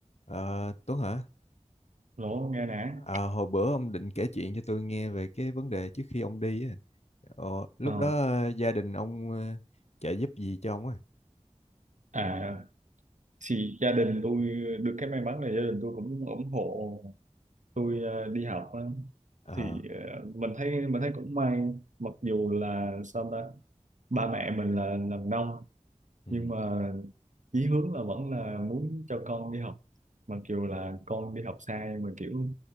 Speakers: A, on the left (about 60°); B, on the right (about 75°).
A: Ờ, Tuấn hả?
B: lỗ Nga Nẵng
A: À, hồi bữa ông định kể chuyện cho tôi nghe về cái vấn đề trước khi ông đi á. Ờ, lúc
B: ờ.
A: đó ờ, gia đình ông ờ, trợ giúp gì cho ông á?
B: à thì gia đình tôi được cái may mắn là gia đình tôi cũng ủng hộ tôi ờ, đi học á.
A: Ờ,
B: thì ờ, mình thấy mình thấy cũng may mặc dù là sao ta ba mẹ mình là làm nông
A: ừ.
B: nhưng mà chí hướng là vẫn là muốn cho con đi học mặc dù là con đi học sai mà kiểu